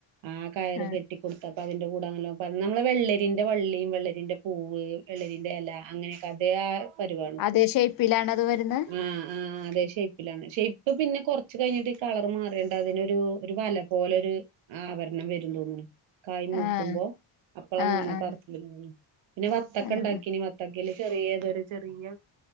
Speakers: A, on the right; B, on the left.
A: ആ കയറ്
B: ആഹ്
A: കെട്ടിക്കൊടുത്ത- അപ്പ അതിന്റെ കൂടെ അണലോ നമ്മളെ വെള്ളരിന്റെ വള്ളി വെള്ളരിന്റെ പൂവ് വെള്ളരിന്റെ എല അങ്ങനെ- കതെയാ പരുവാണ്
B: അതേ ഷേപ്പിലാണോ അത് വരുന്നെ
A: ആ ആ അതേ ഷേ <unintelligible> ഷേപ്പ് പിന്നെ കൊറച്ച് കഴിഞ്ഞിട്ട് കളർ മാര്യാണ്ട് അതിനൊരു ഒരു വല പോലൊരു ആവര്ണ - ന വെ തോന്നുന്നു കായ്മൂക്കുമ്പോ
B: ആഹ്
A: അപ്പളാ
B: ആഹ്
A: നമ്മള്
B: ആഹ്
A: പറത്തി പിന്നെ വത്തക്ക
B: ആഹ്
A: ഉണ്ടാക്കിന വത്ത- ചെറിയതൊരു ചെറിയ-